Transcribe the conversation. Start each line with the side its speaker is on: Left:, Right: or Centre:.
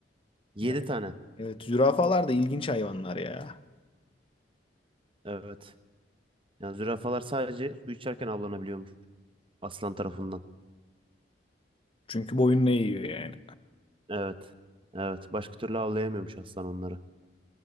Right: Yedi
Left: Yani,
Right: tane.
Left: Evet zürafalar da ilginç hayvanlar ya.
Right: Evet. Yani zürafalar sadece su içerken avlanabiliyormuş aslan tarafından.
Left: Çünkü boyun ne yiyor yani?
Right: Evet. Evet. Başka türlü avlayamıyormuş aslan onları.